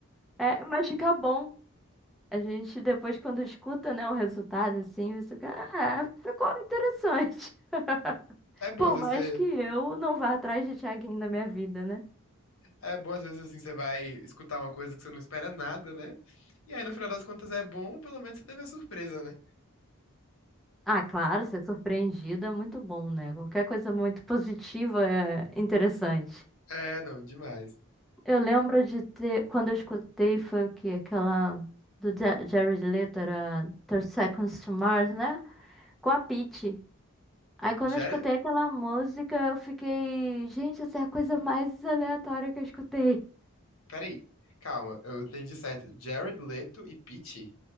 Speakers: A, in the centre; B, on the left (about 70°).
A: É, mas fica bom. A gente depois, quando escuta, né, o resultado, assim, você fica, ah, ficou interessante. <laughs>
B: É bom
A: Por
B: às vezes,
A: mais que eu não vá atrás de Thiaguinho na minha vida, né?
B: É bom, às vezes, assim, você vai escutar uma coisa que você não espera nada, né? E aí, no final das contas, é bom, pelo menos você teve a surpresa, né?
A: Ah, claro, ser surpreendido é muito bom, né? Qualquer coisa muito positiva é interessante.
B: É, não, demais.
A: Eu lembro de ter, quando eu escutei, foi o quê? Aquela do Ja- Jared Leto, era 30 Seconds to Mars, né? Com a Pitty. Aí quando
B: Jared...
A: eu escutei aquela música, eu fiquei, gente, essa é a coisa mais aleatória que eu escutei.
B: Peraí, calma, eu entendi certo. Jared Leto e Pitty?